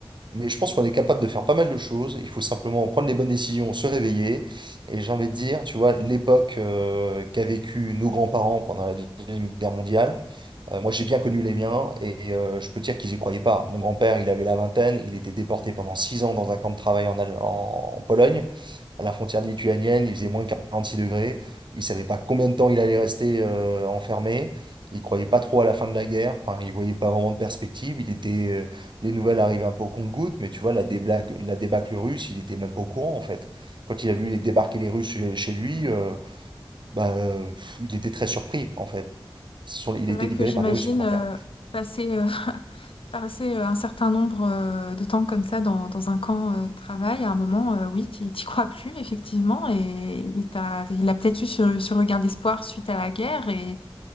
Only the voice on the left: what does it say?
C'est
vrai
que j'imagine
euh, passer, euh, <laughs> passer euh, un certain nombre euh, de temps comme ça dans, dans un camp euh, de travail, à un moment, euh, oui, tu t'y crois plus, effectivement, et il t'a- il a peut-être eu ce, ce regard d'espoir suite à la guerre, et